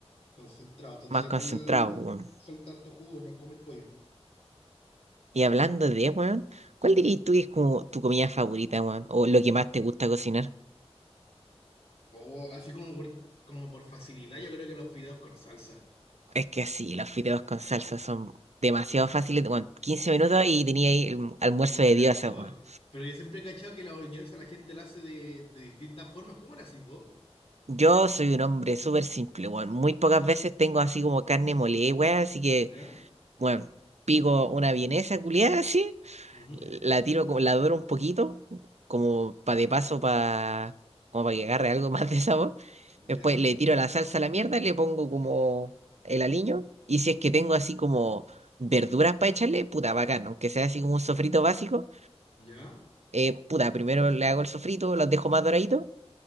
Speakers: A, on the left; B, on the right.
A: Concentrado, total,
B: más
A: igual
B: concentrados, weón.
A: soltar tu jugo, no es como el pollo.
B: Y hablando de, weón, ¿cuál dirías tú que es como tu comida favorita, weón? O lo que más te gusta cocinar.
A: O así como por, como por facilidad, yo creo que los fideos con salsa.
B: Es que sí, los fideos con salsa son demasiado fáciles, weón. quince minutos y tenía ahí el almuerzo
A: La
B: de
A: cachó.
B: Dios, weón.
A: Pero yo siempre he cachado que la boloñesa la gente la hace de, de distintas formas. ¿Cómo la hacís vos?
B: Yo soy un hombre súper simple, weón. Muy pocas veces tengo así como carne molida, weón. Así que,
A: ¿Ya?
B: bueno, pico una vienesa culiada así,
A: ujú,
B: la tiro, como- la doro un poquito, como para de paso, para como para que agarre algo <laughs> más de sabor.
A: ¿Ya?
B: Después le tiro la salsa a la mierda, le pongo como el aliño. Y si es que tengo así como verduras para echarle, puta, bacán. Aunque sea así como un sofrito básico,
A: ¿Ya?
B: eh, puta, primero le hago el sofrito, los dejo más doraditos